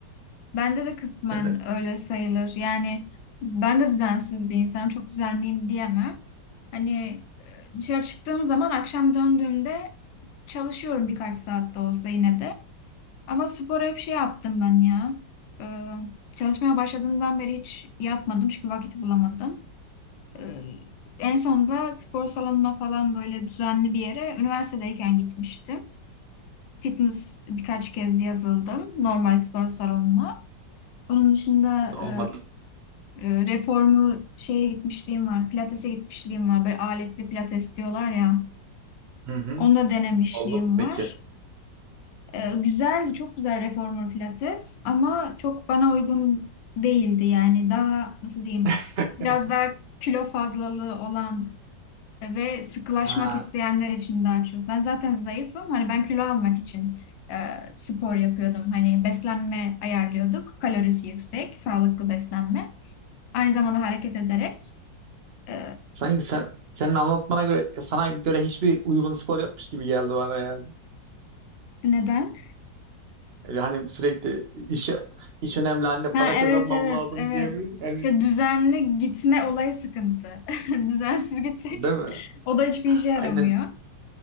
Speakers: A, on the left; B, on the right.
A: Bende de kısmen
B: Sen de
A: öyle sayılır. Yani ben de düzensiz bir insanım. Çok düzenliyim diyemem. Hani e, dışarı çıktığım zaman akşam döndüğümde çalışıyorum birkaç saat de olsa yine de. Ama spora hep şey yaptım ben ya. Ee, çalışmaya başladığımdan beri hiç yapmadım çünkü vakit bulamadım. Ee, en sonunda spor salonuna falan böyle düzenli bir yere üniversitedeyken gitmiştim. Fitness birkaç kez yazıldım normal spor salonuna. Onun dışında
B: O da olmadı.
A: e, e, reformu şeye gitmişliğim var. Pilates'e gitmişliğim var. Böyle aletli pilates diyorlar ya.
B: Hı hı.
A: Onu da denemişliğim
B: Oldu mu peki?
A: var. E, güzeldi, çok güzel reformer pilates ama çok bana uygun değildi yani. Daha nasıl diyeyim?
B: <laughs>
A: Biraz daha kilo fazlalığı olan Ve sıkılaşmak
B: Ha,
A: isteyenler için daha çok. Ben zaten zayıfım. Hani ben kilo almak için e, spor yapıyordum. Hani beslenme ayarlıyorduk. Kalorisi yüksek, sağlıklı beslenme. Aynı zamanda hareket ederek. e,
B: sanki sen, senin anlatmana göre sana göre hiçbir uygun spor yapmış gibi geldi bana yani.
A: neden?
B: Öyle hani sürekli iş iş önemli anne
A: Ha
B: para kazanmam
A: evet evet
B: lazım
A: evet.
B: diye bir yani
A: İşte düzenli gitme olayı sıkıntı. <laughs> Düzensiz gitsek
B: değil mi?
A: o da hiçbir işe yaramıyor.
B: Aynen.